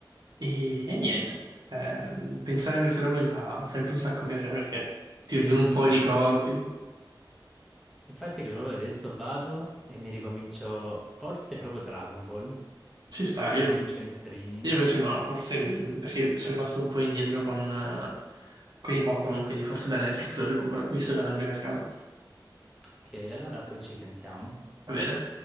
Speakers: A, on the right (about 60°); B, in the centre.
A: e, e niente, Eh, pensare a queste robe mi fa sempre un sacco piacere perché
B: Sì,
A: ti vengono
B: anche
A: un po'
B: a me.
A: i ricordi,
B: Infatti, credo proprio adesso vado e mi ricomincio, forse proprio Dragon Ball. Me
A: ci sta,
B: lo ricomincio
A: io
B: in streaming.
A: Io invece no, forse mm, perché sono rimasto un po' indietro con, eh, con i Pokémon, quindi forse da Netflix lo recupero, visto che l'hanno ricaricato.
B: Ok, allora poi ci sentiamo.
A: Va bene.